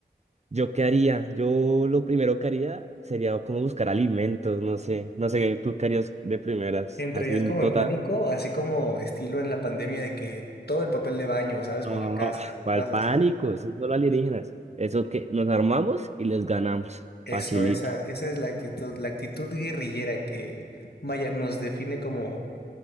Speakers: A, on the right; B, on the left.
A: ¿yo qué haría? Yo lo primero que haría sería como buscar alimentos, no sé, no sé, ¿tú qué harías de primeras?
B: ¿Entrarías
A: Así un
B: como
A: total,
B: en pánico, así como estilo en la pandemia de que todo el papel de baño, ¿sabes?
A: no,
B: Para casa o
A: ¿cuál
B: cosas
A: pánico?
B: así.
A: Son solo alienígenas. Eso que nos armamos y les ganamos,
B: Eso,
A: facilito.
B: esa, esa es la actitud, la actitud guerrillera que, vaya, nos define como,